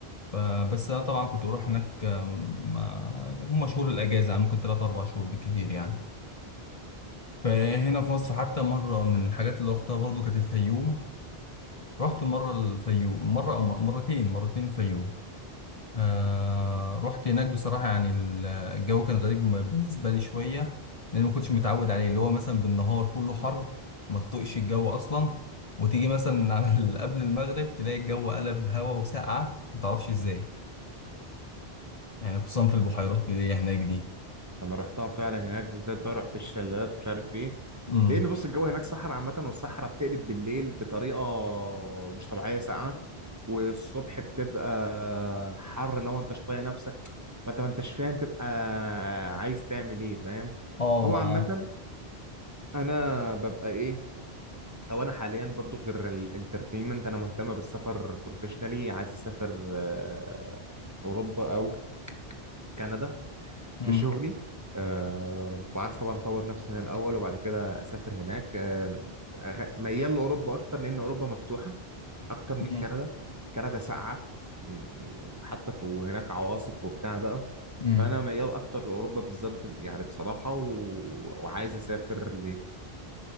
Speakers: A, on the left; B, on the right.
A: فبس انا طبعا كنت بروح هناك آم، ما- هم شهور الاجازه يعني ممكن 3 4 شهور بالكتير يعني فهنا في مصر حتى مرة من الحاجات اللي روحتها برضو كانت الفيوم رحت مرة الفيوم مرة أو مرتين مرتين الفيوم آه رحت هناك بصراحة يعني ال- الجو كان غريب بالنسبة لي شوية لأن ما كنتش متعود عليه اللي هو مثلا بالنهار كله حر
B: مم.
A: ما تطقش الجو أصلا وتيجي مثلا <laughs> على ال- قبل المغرب تلاقي الجو قلب هوا وسقعة ما تعرفش إزاي يعني خصوصا في البحيرات اللي هي هناك دي
B: انا رحتها فعلا هناك بالذات بقى رحت الشلالات ومش عارف ايه
A: امم
B: لان بص الجو هناك صحراء عامه والصحراء بتقلب بالليل بطريقه مش طبيعيه ساقعه والصبح بتبقى حر لو ما انتش طايق نفسك فانت ما انتش فاهم تبقى عايز تعمل ايه فاهم
A: اه
B: هو
A: مع
B: عامه انا ببقى ايه او انا حاليا برضو غير الانترتينمنت انا مهتم بالسفر بروفيشنالي عايز اسافر آه، اوروبا او كندا
A: امم
B: لشغلي آه وعايز طبعا اطور نفسي هنا الاول وبعد كده اسافر هناك آه أغ- ميال لاوروبا اكتر لان اوروبا مفتوحه اكتر من
A: امم
B: كندا كندا ساقعه م- وحتى في وهناك عواصف وبتاع بقى
A: امم
B: فانا ميال اكتر لاوروبا بالذات ب- يعني بصراحه و... وعايز اسافر